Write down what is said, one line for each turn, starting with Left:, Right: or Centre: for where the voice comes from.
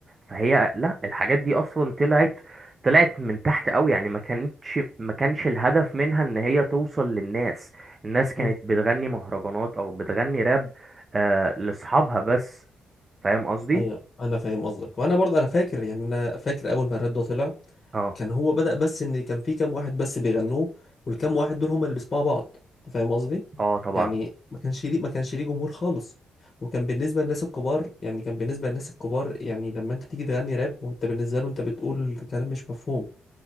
Right: فهي لا الحاجات دي أصلا طلعت طلعت من تحت أوي يعني ما كانتش ما كانش الهدف منها إن هي توصل للناس الناس كانت
Left: مم.
Right: بتغني مهرجانات أو بتغني راب آه لأصحابها بس فاهم قصدي؟
Left: ايوه انا فاهم قصدك وانا برضه انا فاكر يعني انا فاكر اول ما الراب ده طلع
Right: اه
Left: كان هو بدأ بس ان كان في كام واحد بس بيغنوه والكام واحد دول هم اللي بيسمعوا بعض انت فاهم قصدي
Right: اه طبعا
Left: يعني ما كانش ليه ما كانش ليه جمهور خالص وكان بالنسبه للناس الكبار يعني كان بالنسبه للناس الكبار يعني لما انت تيجي تغني راب وانت بالنسبه له انت بتقول كلام مش مفهوم